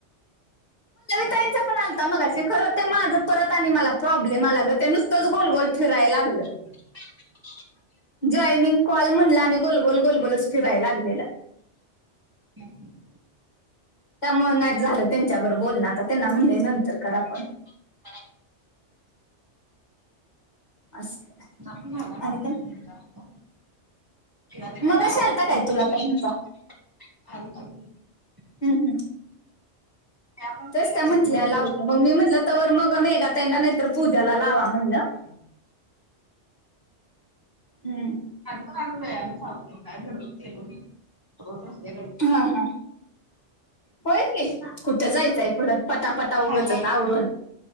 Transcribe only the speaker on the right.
<unintelligible>
ह <inaudible>
<unintelligible>
च्या पिऊन झाला माझा,
तुमचा, आता. <inaudible>
त्या पण
तुला
मी पण बोलू
अ आग व्यायाम काय घडबड केलो नाही,, रोज नसत्या गडबड
आज आई